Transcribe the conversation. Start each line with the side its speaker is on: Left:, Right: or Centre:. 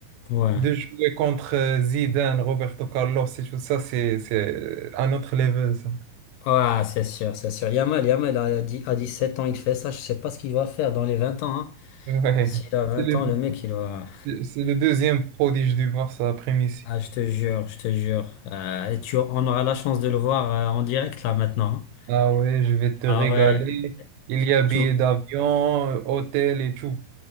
Left: ouais.
Right: de jouer contre euh, Zidane, Roberto Carlos et tout ça, c'est, c'est un autre level, ça.
Left: Ouais, c'est sûr, c'est sûr. Yamal, Yamal a dit- à sept ans, il fait ça. Je sais pas ce qu'il va faire dans les vingt ans. hein.
Right: Ouais.
Left: S'il a 20
Right: C'est le,
Left: ans, le mec, il va.
Right: c'est le deuxième prodige du Barça après Messi.
Left: Ah, je te jure, je te jure. Euh, et tu, on aura la chance de le voir euh, en direct là maintenant. hein.
Right: Ah ouais, je vais te
Left: Ah
Right: régaler.
Left: ouais,
Right: Il
Left: tu,
Right: y a billets
Left: tu-
Right: d'avion, hôtel et tout.